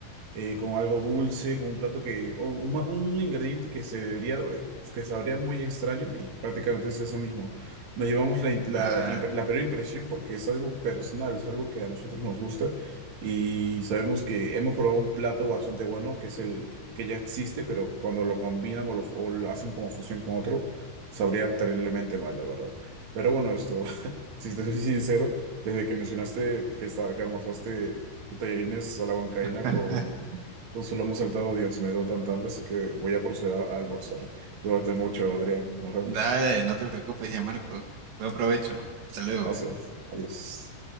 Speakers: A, on the right (about 45°); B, on the right (about 75°).
A: eh, con algo dulce, con un plato que, o un, ma- un ingrediente que se debería, eh, que sabría muy extraño y prácticamente es eso mismo. Nos llevamos la, im- la,
B: Claro.
A: impre- la peor impresión porque es algo personal, es algo que a nosotros nos gusta y sabemos que hemos probado un plato bastante bueno, que es el que ya existe, pero cuando lo combinan o lo, o lo hacen como fusión con otro, sabría terriblemente mal, la verdad. Pero bueno, esto, <laughs> si te soy sincero, desde que mencionaste que, está, que almorzaste Tallarines a la huancaína
B: <laughs>
A: con, con su lomo saltado. Dios, me dio tanta hambre, así que voy a proceder a almorzar. Cuídate mucho, Adrián. Nos vemos.
B: Dale, no te preocupes ya, Marco. Buen provecho. Hasta luego.
A: Gracias. Adiós.